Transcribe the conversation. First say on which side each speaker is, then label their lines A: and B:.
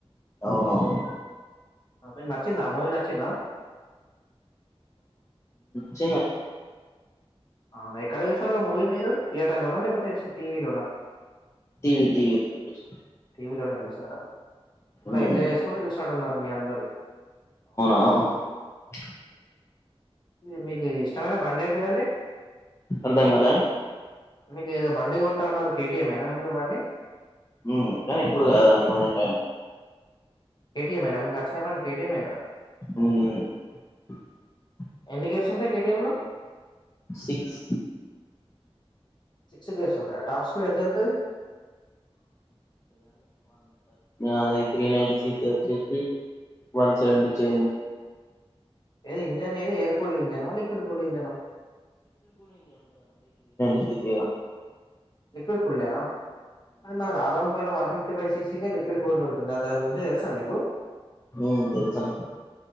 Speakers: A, on the left; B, on the left.
A: అవునవును
B: అద్ నిక్ నచ్చిందా ఆ మూవీ నచ్చిందా
A: చ్
B: అవునా ఎక్కడ చూసారు ఆ మూవీ మీరు థియేటర్ లోనా లేకపోతే టీవీ లోనా
A: టీవీ టీవీ లో చూసాం
B: టీవీలోనే చూసార అలా
A: ఉమ్
B: ఎంజాయ్ చేసుకుంటూ చూసినట్టున్నారు మీ అందరు
A: ఆ
B: ఇది మీకు ఇది ఇష్టమైన బండెంటిదండి
A: అర్థం కాలే
B: మీకు ఏదో బండి కొంటా ఉన్నారు కేటీఎం ఏనా మీరు బండి
A: మ్ కానీ ఇప్పుడు కాదు అన్న కొంచెం టైం
B: కేటీఎంేనా మీకు నచ్చిన బండి కేటీఎంే కదా
A: మ్
B: ఎన్ని గేర్స్ ఉంటాయి కేటిఎం లో
A: సిక్స్
B: సిక్స్ గర్స్ ఉంట టాప్ స్కూడి ఎంత వె
A: ఆ త్రీ నైన్టీ సిక్స్ ది వచేసి వన్ సెవెంటీ చేంజ్
B: ఏది ఇంజన్ ఏది ఏర్ కూల్డ్ ఇంజనా లిక్విడ్ కూల్డ్ ఇంజనా
A: వా
B: లిక్విడ్ కూల్డనా మన అరౌండ్ ఫైవ్ లో వన్ ఫిఫ్టీ ఫైవ్ ససీగా లిక్విడ్ కూల్డ్ ఉంటుంది దాని గురించి తెలుసా మీకు
A: ఉమ్ తెలుసండి